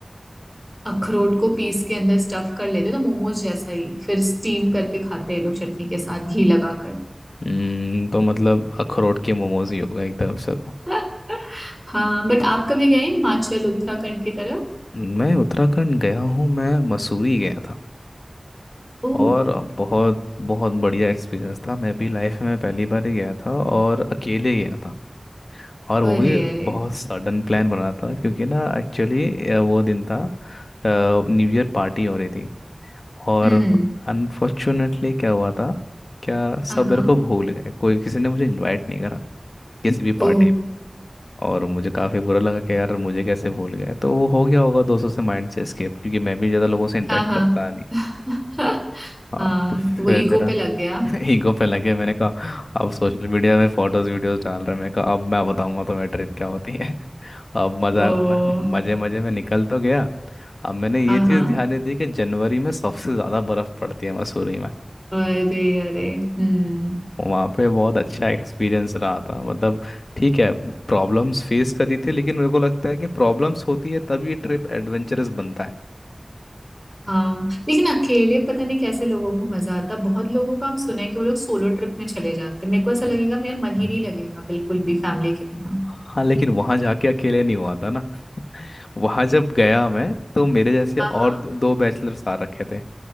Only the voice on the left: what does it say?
हम्म, तो मतलब अखरोट के मोमोज ही होगा एक तरफ से तो
मैं उत्तराखंड गया हूँ मैं मसूरी गया था
और बहुत बहुत बढ़िया एक्सपीरियंस था मैं भी लाइफ में पहली बार ही गया था और अकेले गया था और
वो भी
बहुत सडन प्लान बना था क्योंकि ना एक्चुअली वो दिन था न्यू ईयर पार्टी हो रही थी और
अनफॉर्चुनेटली क्या हुआ था क्या सब
मेरे को भूल गए कोई किसी ने मुझे इनवाइट नहीं करा किसी भी
पार्टी और मुझे काफ़ी बुरा लगा कि यार मुझे कैसे भूल गए तो वो हो गया होगा दोस्तों से माइंड से एस्केप क्योंकि मैं भी ज़्यादा लोगों से इंटरेक्ट
करता नहीं
हाँ
तो फिर
मेरा
<laughs> ईगो पे लगे मैंने कहा अब सोशल मीडिया में फोटोज वीडियोस डाल रहे हैं मैंने कहा अब मैं बताऊंगा तो मेरी ट्रिप क्या होती है <laughs> अब मजा
मजे मजे में निकल तो गया अब मैंने ये
चीज़
ध्यान नहीं दी कि जनवरी में सबसे ज़्यादा बर्फ़ पड़ती है मसूरी में
वहाँ पे बहुत अच्छा एक्सपीरियंस रहा था मतलब ठीक है प्रॉब्लम्स फेस करी थी लेकिन मेरे को लगता है कि प्रॉब्लम्स होती है तभी ट्रिप एडवेंचरस बनता है
हम्म।
हाँ लेकिन वहाँ जाके अकेले नहीं हुआ था ना <laughs> वहाँ जब गया मैं तो मेरे जैसे
और
द- दो बैचलर्स आ रखे थे